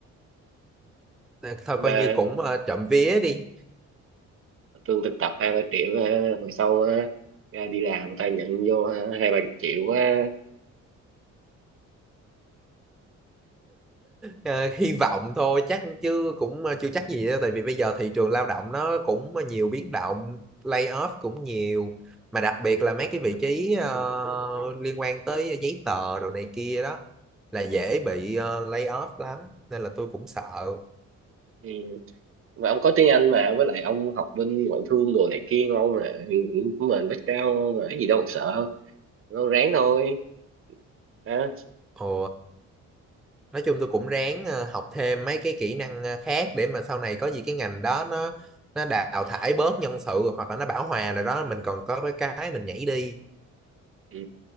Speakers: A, in the centre; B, on the right.
A: Ờ, thôi
B: nhưng mà
A: coi như cũng ờ, trộm vía đi
B: lương thực tập hai ba triệu ha, hồi sau ha, ra đi làm người ta nhận vô ha, hai ba chục triệu quá
A: Ờ, hy vọng thôi chắc chứ cũng ờ, chưa chắc gì đâu tại vì bây giờ thị trường lao động nó cũng ờ, nhiều biến động layoff cũng nhiều mà đặc biệt là mấy cái vị trí ờ, liên quan tới giấy tờ đồ này kia đó là dễ bị ờ, layoff lắm nên là tôi cũng sợ
B: ừ. mà ông có tiếng Anh mà với lại ông học bên ngoại thương đồ này kia ngon mà của mình background ngon mà cái gì đâu mà sợ ông ráng thôi ha
A: Ồ, nói chung tôi cũng ráng ờ, học thêm mấy cái kỹ năng ờ, khác để mà sau này có gì cái ngành đó nó nó đào thải bớt nhân sự hoặc là nó bão hòa rồi đó mình còn có cái cái mình nhảy đi
B: ừ.